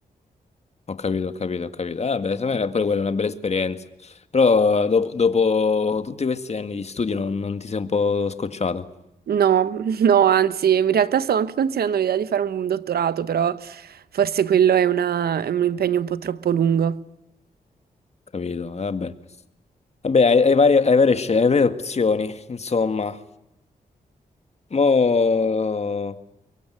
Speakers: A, on the left; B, on the right.
A: ho capito, ho capito, ho capito. Ah, beh, secondo me era pure quella una bella esperienza. Però dopo, dopo tutti questi anni di studio non, non ti sei un po' scocciato,
B: No, <laughs> no, anzi, in realtà sto anche considerando l'idea di fare un dottorato, però forse quello è una- è un impegno un po' troppo lungo.
A: capito? Eh, Vabbè, vabbè, hai, hai varie, hai varie scel- hai varie opzioni, insomma. Mo...